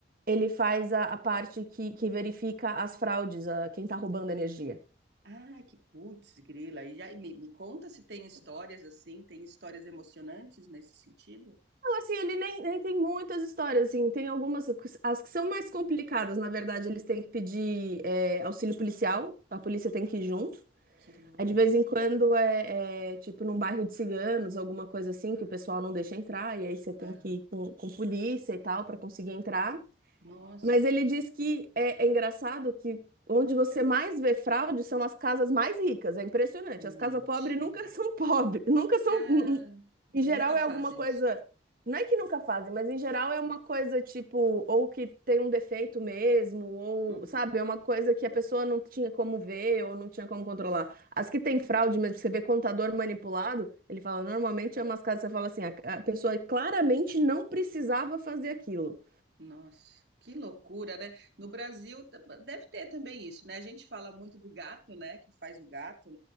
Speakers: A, on the right (about 50°); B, on the right (about 65°).
A: Ele faz a, a parte que, que verifica as fraudes, a, quem tá roubando energia.
B: Ah, que putz, grila. E aí, me, me conta se tem histórias assim, tem histórias emocionantes nesse sentido?
A: Não, assim, ele nem, nem tem muitas histórias, assim, tem algumas, as que são mais complicadas, na verdade, eles têm que pedir é, auxílio policial, a polícia tem que ir junto.
B: Que louco.
A: Aí, de vez em quando, é, é, tipo num bairro de ciganos, alguma coisa assim, que o pessoal não deixa entrar, e aí você tem
B: Aham.
A: que ir com, com polícia e tal, para conseguir entrar.
B: Nossa,
A: Mas ele diz que é, é engraçado que onde você mais vê fraude são as casas mais ricas. É impressionante.
B: mentira.
A: As casas pobres nunca <laughs> são pobres, nunca são.
B: Cara,
A: Em
B: nunca
A: geral
B: fazem
A: é alguma coisa.
B: isso.
A: Não é que nunca fazem, mas em geral é uma coisa tipo, ou que tem um defeito mesmo, ou,
B: Uhum.
A: sabe, é uma coisa que a pessoa não tinha como ver ou não tinha como controlar. As que tem fraude mesmo, você vê contador manipulado, ele fala, normalmente é umas casas, que você fala assim, a a pessoa claramente não precisava fazer aquilo.
B: Nossa, que loucura, né? No Brasil t- deve ter também isso, né? A gente fala muito do gato, né? Que faz o gato